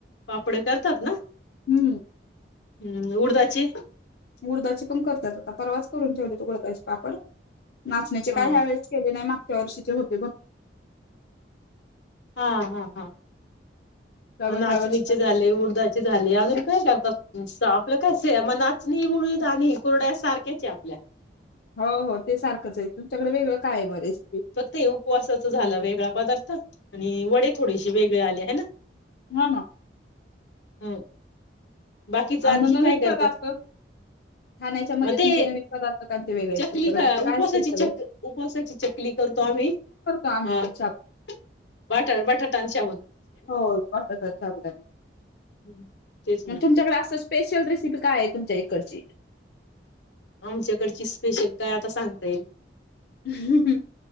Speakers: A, on the left; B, on the left.
A: पापड्या करतात ना
B: हम्म
A: हम्म उडदाचे
B: उडदाचे पण करतात. आता परवाच करुन ठेवलेत उडदाचे पापड नाचणी चे
A: हा
B: काय ह्या वेळेस केले नाही माग च्या वर्षीचे होते भरपूर
A: हा हा हा
B: त्या
A: हो नाचणी
B: ह्या वर्षी
A: चे झाले उ उडदाचे झाले अजून काय करतात आपलं काय नाचणी उडीद आणि कुरुडया सारख्याच आहेत. आपल्या
B: हो हो ते सारखंच आहे. तुमच्याकडे वेगळं काय आहे मग रेसिपी
A: ते उपवासाच झालं वेगळा पदार्थ आणि वडे थोडेसे वेगळे आले.
B: हा ना
A: ना बाकीच आणखी
B: आणि मग नविन
A: काय करतात
B: पदार्थ खाण्याच्या मध्ये
A: अ, ते
B: तुमचे नविन पदार्थ ते वेगळे आहेत
A: चकली
B: तुमच्याकड
A: का
B: पण काय
A: उपवासाची
B: असतय. एखादं
A: चक उपवासाची चकली करतो आम्ही
B: आम्ही
A: आ
B: पण
A: <unintelligible> <unintelligible>
B: होय बटाटा साबुदाणे
A: हम्म. तेच ना
B: तुमच्याकडे असं स्पेशल रेसिपी काय आहे. तुमच्या इकडची
A: आमच्याकडची स्पेशल काय सांगते.
B: हुं हुं